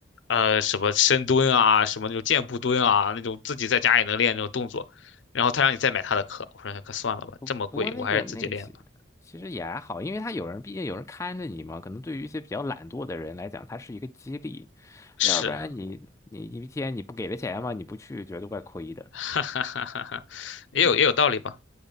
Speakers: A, on the left; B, on the left.
A: 呃什么深蹲啊，什么那种箭步蹲啊，那种自己在家也能练那种动作，然后他让你再买他的课，我说哎可算了吧，
B: 不不过那个那个其其实也还好，
A: 这么贵，我还是自己练吧。
B: 因为他有人，毕竟有人看着你嘛。可能对于一些比较懒惰的人来讲，它是一个激励，
A: 是，
B: 要不然你你一天你不给他钱嘛，你不去觉得怪亏的。
A: <laughs> 哈哈哈哈哈，也有也有道理吧。
B: 你